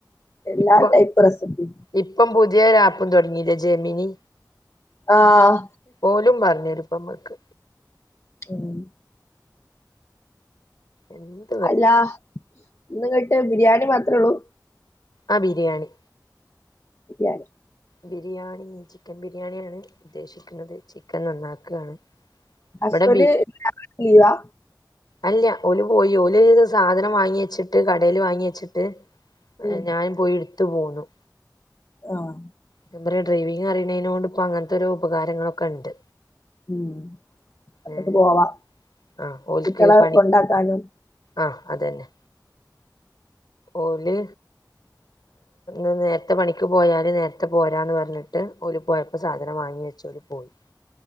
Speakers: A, on the left; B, on the left.
A: എല്ലാ
B: ഇപ്പൊ
A: ടൈപ്പ് റെസിപ്പി
B: ഇപ്പം പുതിയ ആപ്പും തുടങ്ങില്ലേ ജെമിനി
A: ആഹ്
B: ഓലും പറഞ്ഞരുപ്പമ്മക്ക്
A: ഉം
B: എന്ന്
A: അല്ല ഒന്ന് കേട്ട് ബിരിയാണി മാത്രമേ ഉള്ളൂ
B: ആഹ് ബിരിയാണി
A: ബിരിയാണി
B: ബിരിയാണി ചിക്കൻ ബിരിയാണിയാണ് ഉദ്ദേശിക്കുന്നത് ചിക്കൻ നന്നാക്കുകയാണ്
A: ഹസ്ബൻഡ്
B: ഇവിടെ ബി
A: ലീ വാ
B: അല്ല ഒളു പോയി ഒളു സാധനം വാങ്ങി വച്ചിട്ട് കടൽ വാങ്ങി വെച്ചിട്ട്
A: ഉം
B: ഞാൻ പോയി എടുത്തു പോന്നു
A: ആഹ്
B: ഞാൻപറ ഡ്രൈവിങ് അറിയുന്നതിനോണ്ട് ഇം അങ്ങനത്തെ ഒരോ ഉപകാരങ്ങളൊക്കെ ഉണ്ട്
A: ഉം അങ്ങോട്ട്‌
B: ഏഹ്
A: പ്പോവാ
B: ആഹ് ഓൽക്ക്
A: കുട്ടള
B: പണി
A: കൊണ്ടാക്കാനും
B: ആഹ് അത തന്നെ ഓള്
A: ഉ <unintelligible>
B: ഉം നേരത്തെ പണിക്ക് പോയാൽ നേരത്തെ പോരാന്ന് പറഞ്ഞിട്ട് ഓല പോയപ്പോൾ സാധനം വാങ്ങി വെച്ച ഓലി പോയി